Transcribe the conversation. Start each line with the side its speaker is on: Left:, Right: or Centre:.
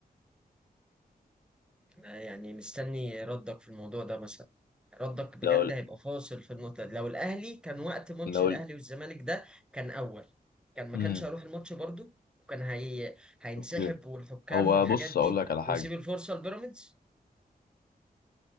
Centre: يعني مستني ردك في الموضوع ده مثلا ردك بجد
Left: لو
Centre: هيبقى فاصل في النقطة دي لو الأهلي كان وقت ماتش
Left: لو
Centre: الأهلي والزمالك ده كان أول كان ما
Left: امم
Centre: كانش هيروح الماتش برضو وكان هي... هينسحب
Left: اوكي
Centre: والحكام
Left: هو
Centre: والحاجات
Left: بص
Centre: دي
Left: اقول لك على حاجه
Centre: ويسيب الفرصة لبيراميدز